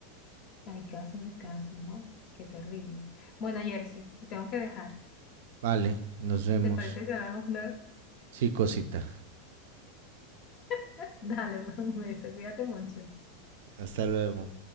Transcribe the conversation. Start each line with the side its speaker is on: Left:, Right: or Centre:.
Left: Hay casos de casos, ¿no? Qué terrible. Bueno, Jersey, te tengo que dejar.
Right: Vale, nos vemos.
Left: ¿Te parece si hablamos luego?
Right: Sí, cosita.
Left: <laughs> Dale, pues un beso, cuídate mucho.
Right: Hasta luego.